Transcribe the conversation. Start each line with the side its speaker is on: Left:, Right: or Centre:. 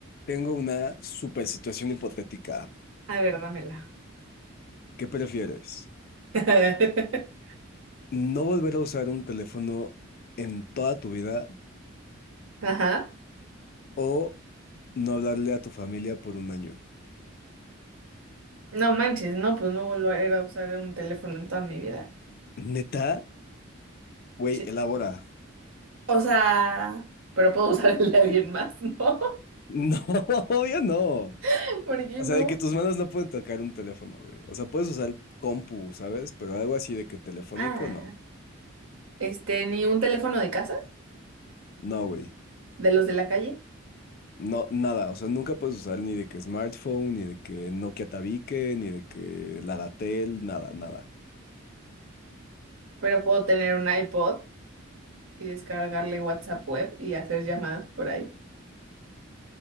Left: Tengo una super situación hipotética.
Right: A ver, dámela.
Left: ¿Qué prefieres?
Right: <laughs>
Left: ¿No volver a usar un teléfono en toda tu vida
Right: Ajá.
Left: o no hablarle a tu familia por un año?
Right: No manches, no, pues no volveré a usar un teléfono en toda mi vida.
Left: ¿Neta? Güey,
Right: Sí.
Left: elabora.
Right: O sea, pero puedo usar el de alguien más, ¿no?
Left: No, <laughs> obvio no.
Right: <laughs> ¿Por qué
Left: O sea,
Right: no?
Left: de que tus manos no pueden tocar un teléfono, güey. O sea, puedes usar compu, ¿sabes? Pero algo así de que telefónico,
Right: Ah,
Left: no.
Right: este, ni un teléfono de casa,
Left: No, güey.
Right: de los de la calle,
Left: No, nada. O sea, nunca puedes usar ni de que smartphone, ni de que Nokia Tabique, ni de que Ladatel, nada, nada.
Right: pero puedo tener un iPod y descargarle WhatsApp web y hacer llamadas por ahí.